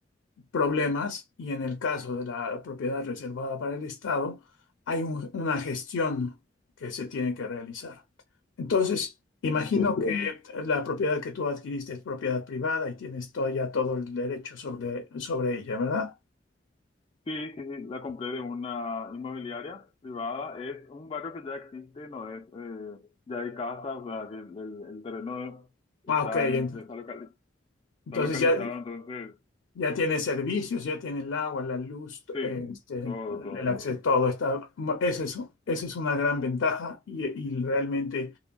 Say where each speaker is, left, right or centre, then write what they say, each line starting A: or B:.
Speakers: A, on the left; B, on the left.
A: problemas y en el caso de la propiedad reservada para el Estado hay un- una gestión que se tiene que realizar. Entonces, imagino
B: entiendo.
A: Entiendo. que la propiedad que tú adquiriste es propiedad privada y tienes todo, ya todo el derecho sobre, sobre ella, ¿verdad?
B: Sí, sí, sí, la compré de una inmobiliaria privada. Es un barrio que ya existe, no es, eh, ya hay casas, o sea, que el, el- el terreno está,
A: Ah, ok.
B: en-
A: ent-
B: está, locali- está
A: Entonces
B: localizado,
A: ya
B: entonces,
A: Ya tiene servicios, ya tiene el agua, la luz,
B: sí,
A: este,
B: todo, todo,
A: el acceso,
B: todo.
A: todo está. Esa es, esa es una gran ventaja y, y realmente